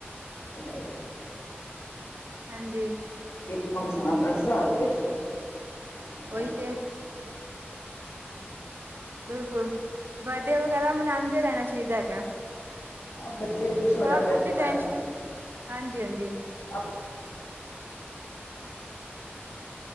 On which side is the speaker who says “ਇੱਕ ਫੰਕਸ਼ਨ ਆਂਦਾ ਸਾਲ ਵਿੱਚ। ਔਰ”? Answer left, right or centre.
Left